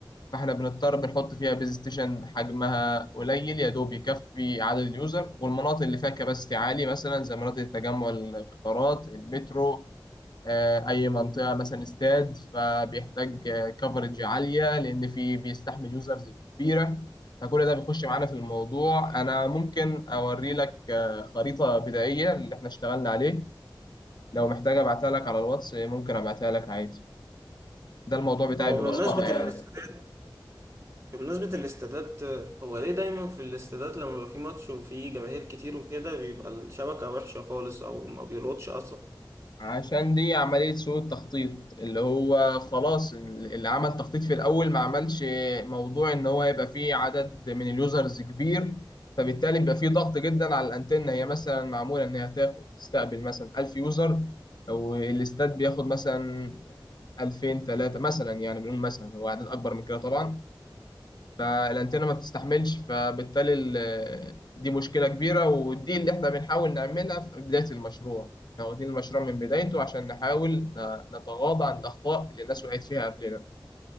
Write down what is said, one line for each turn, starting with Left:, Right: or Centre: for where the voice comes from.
Left: فاحنا بنضطر بنحط فيها بيز ستيشن حجمها قليل يا دوب يكفي عدد اليوزر والمناطق اللي فيها كباستي عالي مثلا زي مناطق التجمع القطارات المترو آه، اي منطقة مثلا استاد فبيحتاج كفرج عالية لان في بيستحمل يوزرز كبيرة فكل ده بيخش معانا في الموضوع انا ممكن اوري لك آه، خريطة بدائية اللي احنا اشتغلنا عليه لو محتاج ابعتها لك على الواتس ممكن ابعتها لك عادي ده الموضوع بتاعي
Right: هو
Left: ببساطة
Right: بمناسبه
Left: يعني
Right: الاستادات بمناسبه الاستادات هو ليه دايما في الاستادات لما بيبقى في ماتش وفي جماهير كتير وكده بيبقى الشبكه وحشه خالص او ما بيلقطش اصلا
Left: عشان دي عملية سوء التخطيط اللي هو خلاص اللي عمل تخطيط في الأول ما عملش موضوع إن هو يبقى فيه عدد من اليوزرز كبير فبالتالي بيبقى فيه ضغط جدا على الأنتنة هي مثلا معمولة إن هي تاخد تستقبل مثلا 1000 يوزر والاستاد بياخد مثلا 2000 3 مثلا يعني بنقول مثلا هو عدد أكبر من كده طبعا فالانتنه ما بتستحملش فبالتالي ال- آه، دي مشكله كبيره ودي اللي احنا بنحاول نعملها في بدايه المشروع احنا واخدين المشروع من بدايته عشان نحاول ن- نتغاضى عن الاخطاء اللي الناس وقعت فيها قبلنا